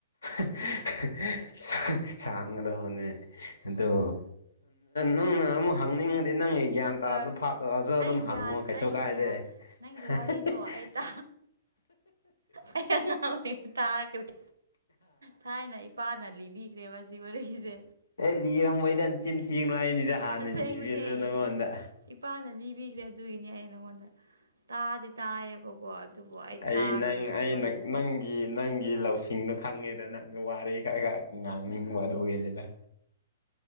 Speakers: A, on the left (about 80°); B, on the right (about 75°).
A: ꯍꯥꯍꯤ ꯍꯥꯍꯤ ꯁꯥꯡꯒꯗꯣꯅꯦ ꯑꯗꯣ
B: ꯍꯣꯏ
A: ꯅꯪ ꯑꯃꯨꯛ ꯍꯪꯅꯤꯡꯉꯗꯤ ꯅꯪꯒꯤ ꯒ꯭ꯌꯥꯟ ꯇꯥꯔꯗ
B: ꯑ
A: ꯐꯥꯞꯗꯣꯛꯁꯨ ꯑꯗꯨꯝ
B: ꯑꯩ
A: ꯍꯪꯉꯣ
B: ꯒ꯭ꯌꯥꯟ
A: ꯀꯩꯁꯨ
B: ꯑꯩ
A: ꯀꯥꯏꯗꯦ
B: ꯒ꯭ꯌꯥꯟ
A: ꯍꯤꯍꯤꯍꯤ
B: ꯅꯪꯒꯤ ꯋꯥꯔꯤꯗꯣ ꯑꯩ ꯇ ꯑꯩ ꯑꯉꯥꯡ ꯑꯣꯏꯔꯤꯉꯥꯏ ꯇꯥꯈꯔꯦ ꯊꯥꯏꯅ ꯏꯄꯥꯅ ꯂꯤꯕꯤꯈ꯭ꯔꯦ ꯁꯤ ꯋꯥꯔꯤꯁꯦ
A: ꯑꯦ ꯂꯤꯔꯝꯃꯣꯏꯗ ꯅꯆꯤꯟ ꯊꯤꯒꯅꯣ ꯑꯩꯅꯤꯗ ꯍꯥꯟꯅ
B: ꯑꯁꯦꯡꯕꯅꯦ
A: ꯂꯤꯕꯤꯗ꯭ꯔꯣ ꯅꯪꯉꯣꯟꯗ
B: ꯏꯄꯥꯅ ꯂꯤꯕꯤꯈ꯭ꯔꯦ ꯑꯗꯨꯒꯤꯅꯤ ꯑꯩ ꯅꯉꯣꯟꯗ ꯇꯥꯗꯤ ꯇꯥꯏꯌꯦꯕꯀꯣ ꯑꯗꯨꯕꯨ
A: ꯑꯩ
B: ꯇꯥꯈ꯭ꯔꯦꯕ
A: ꯅꯪ ꯑꯩ
B: ꯁꯤ ꯋꯥꯔꯤꯁꯦ
A: ꯅꯪꯒꯤ ꯅꯪꯒꯤ ꯂꯧꯁꯤꯡꯅꯣ ꯈꯪꯉꯦꯗ ꯅꯪ ꯋꯥꯔꯦ ꯈꯔ ꯈꯔ ꯉꯥꯡꯅꯤꯡꯕ ꯑꯗꯨ ꯒꯤꯅꯤꯗ